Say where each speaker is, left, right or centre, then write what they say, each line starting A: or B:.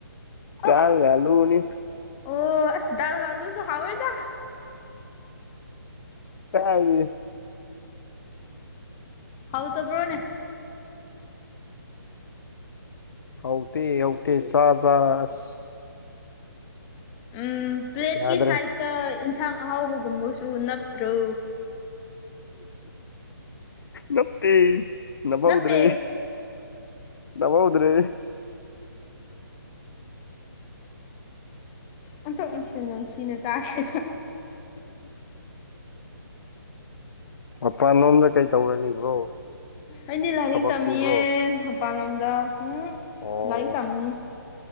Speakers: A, on the left; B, on the left.
A: ꯑꯥ
B: ꯇꯥꯔ ꯂꯅꯤ <unintelligible>
A: ꯑꯣ ꯑꯁ ꯗꯥꯜꯒꯜꯂꯨꯁꯨ ꯍꯥꯎꯏꯗ
B: ꯀꯔꯥꯏꯗꯒꯤ
A: ꯍꯥꯎꯇꯕ꯭ꯔꯣꯅꯦ
B: ꯍꯥꯎꯇꯦ ꯍꯧꯇꯦ ꯆꯥ ꯆꯥꯔ ꯑꯁ
A: ꯎꯝ ꯄ꯭ꯂꯦꯠꯀꯤ
B: ꯌꯥꯗ꯭ꯔꯦ
A: ꯁꯥꯏꯗꯇ ꯏꯟꯁꯥꯡ ꯑꯍꯥꯎꯕꯒꯨꯝꯕꯁꯨ ꯅꯞꯇ꯭ꯔꯣ
B: ꯅꯞꯇꯦ ꯅꯞꯍꯧꯗ꯭ꯔꯦ
A: ꯅꯞꯄꯦ
B: ꯅꯞꯍꯧꯗ꯭ꯔꯦꯅꯦ
A: ꯑꯣꯟꯊꯣꯛꯅꯁꯨ ꯅꯨꯡꯁꯤꯅ ꯆꯥꯈ꯭ꯔꯦꯗ
B: ꯃꯄꯥꯟ ꯂꯣꯝꯗ ꯀꯩ ꯇꯧꯔ ꯂꯩꯕ꯭ꯔꯣ
A: ꯑꯩꯗꯤ ꯂꯥꯏꯔꯤꯛ
B: ꯊꯕꯛ
A: ꯇꯝꯃꯤꯌꯦ
B: ꯁꯨꯕ꯭ꯔꯣ
A: ꯃꯄꯥꯟꯂꯣꯝꯗ ꯎꯝ
B: ꯑꯣ
A: ꯂꯥꯏꯔꯤꯛ ꯇꯝꯃꯤ